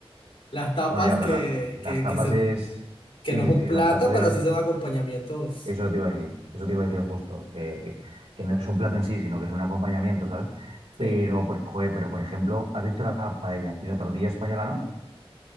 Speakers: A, on the left; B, on the right.
A: las tapas
B: Bueno, ya,
A: que,
B: pero la- las
A: que,
B: tapas
A: que, se,
B: es...
A: que
B: Sí,
A: no es
B: sí,
A: un
B: sí,
A: plato,
B: las tapas
A: pero
B: es...
A: sí son acompañamientos.
B: Eso te iba a decir, eso te iba a decir justo, que, que, que no es un plato en sí, sino que es un acompañamiento, ¿sabes? Pero,
A: Sí.
B: por- joder, pero por ejemplo, has dicho la paella y la tortilla española, ¿no?